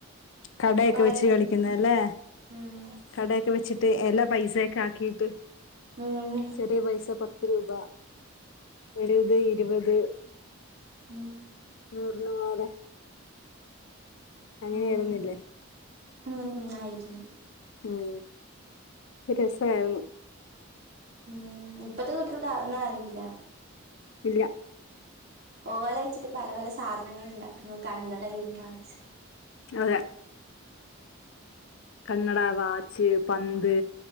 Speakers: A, on the left; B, on the right.
A: കടയൊക്കെ
B: ഓരോന്ന്
A: വെച്ച് കളിക്കുന്നെല്ലേ?
B: ഉം
A: കടയൊക്കെ വെച്ചി ട്ട് എല്ലാ പൈസെക്കെ ആക്കീട്ട്
B: ഉം
A: ചെറിയ പൈസ പത്ത് രൂപ ചെലേത് ഇരുവത്
B: ഉം
A: <unintelligible> അങ്ങനെയാരുന്നില്ലേ
B: അങ്ങനെ ഉം ആയിരുന്നു
A: ഉം ഒരു രസായിരുന്നു
B: ഉം ഇപ്പത്തെ കുട്ടികൾക്ക് അതൊന്നും അറീല
A: ഇല്ല
B: ഓല വെച്ചിട്ട് പല പല സാധനങ്ങൾ ഇണ്ടാക്കുന്നു കണ്ണടയും വാച്ചും
A: അതെ കണ്ണട വാച്ച് പന്ത്